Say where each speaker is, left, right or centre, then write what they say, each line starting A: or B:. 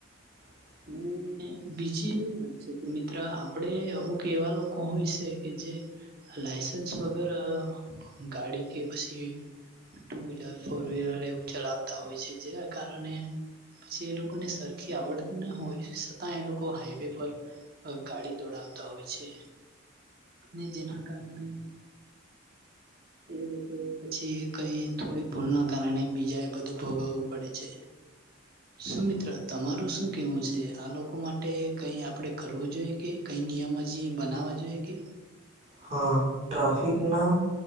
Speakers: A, on the right; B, on the right.
A: <inaudible>
B: ને બીજી એ વાત છે કે મિત્ર આપણે અમુક એવા લોકો હોય છે, કે જે લાયસન્સ વગર ગાડી કે પછી ટુ વ્હીલર, ફોર વ્હીલર એવું ચલાવતા હોય છે. જેના કારણે પછી એ લોકોને સરખી આવડતી ન હોય છતાં એ લોકો હાઈવે પર ગાડી દોડાવતા હોય છે. ને જેના કારણે એ લોકો પછી કઈ થોડી ભૂલના કારણે બીજા એ બધું ભોગવવું પડે છે. શું મિત્ર તમારું શું કેવું છે? આ લોકો માટે કઈ આપણે કરવું જોઈએ. કે કઈ નિયમ હજી બનાવા જોઈએ કે?
A: હા, ટ્રાફિકના